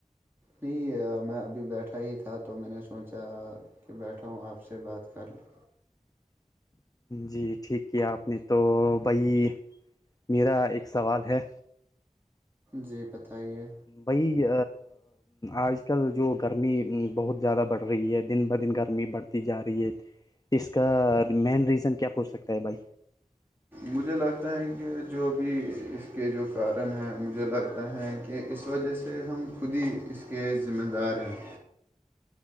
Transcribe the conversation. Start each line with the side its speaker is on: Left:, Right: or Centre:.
Right: نہیں میں ابھی بیٹھا ہی تھا تو میں نے سوچا کہ بیٹھا ہوں آپ سے بات کر لیں
Left: جی ٹھیک کیا آپ نے تو بھائی میرا ایک سوال ہے
Right: جی بتائیے
Left: بھی آج کل جو گرمی بہت زیادہ بڑھ رہی ہے دن بہ دن گرمی بڑھ جا رہی ہے اس کا مین ریزن کیا ہو سکتا ہے بھائی
Right: مجھے لگتا ہے کہ جو بھی اس کے جو کارن ہیں مجھے لگتا ہے کہ اس وجہ سے ہم خود ہی اس کے ذمہ دار ہیں